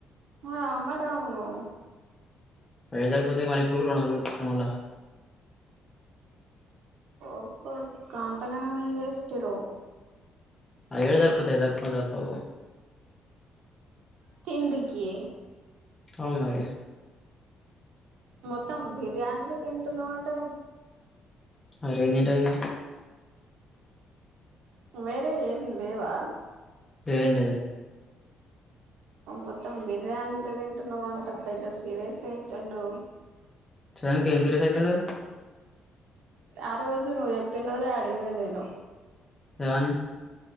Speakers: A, on the right; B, on the left.
A: అ అమారవును
B: పై సరిపొదే మళ్ళీ ఇప్పుడు కూడా రెండు వందలు కొట్టించినా మల్ల.
A: ఒక్కడు కాంతకనం ఏం చేస్త్ర
B: ఏడ సరిపోతాయి, సరిపోని సరిపోవు.
A: తిండికి
B: ఔ మరి
A: మొత్తం బి ర్యానీలు తింటున్నావు అంట
B: అరేంజింటా యిగ
A: వేరే ఏం లేవా
B: ఏంటిది
A: మొత్తం బిర్యానీలే తింటున్నవంట పెద్ద సీరియస్ అయితుండు
B: సానికి ఏం సీరియస్ ఐతుండు
A: ఆ రోజు నువ్వు ఎప్పిన రోజే అడిగిన నేను
B: ఏమని